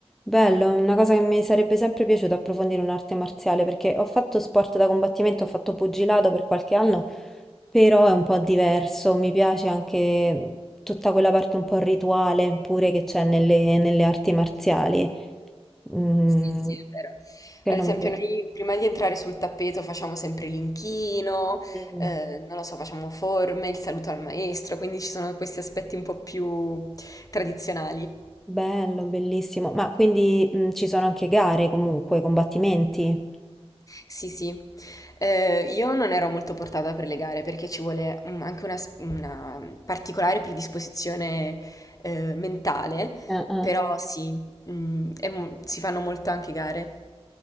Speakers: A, in the centre; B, on the left (about 35°).
A: Bello, una cosa che mi sarebbe sempre piaciuto approfondire un'arte marziale perché ho fatto sport da combattimento, ho fatto pugilato per qualche anno, però è un po' diverso, mi piace anche mhmm, tutta quella parte un po' rituale pure che c'è nelle, nelle arti marziali. Mm,
B: Sì, sì, è vero.
A: quello
B: Ad esempio,
A: mi
B: noi prima di entrare sul tappeto facciamo sempre l'inchino,
A: piace.
B: eh, non lo so, facciamo forme, il saluto al maestro, quindi ci sono questi aspetti un po' più tradizionali.
A: Bello, bellissimo. Ma quindi mh, ci sono anche gare comunque, combattimenti?
B: Sì, sì. Eh, io non ero molto portata per le gare perché ci vuole mm, anche una, s- una particolare predisposizione eh, mentale,
A: Eh, eh.
B: però sì, mm, è mo- si fanno molto anche gare.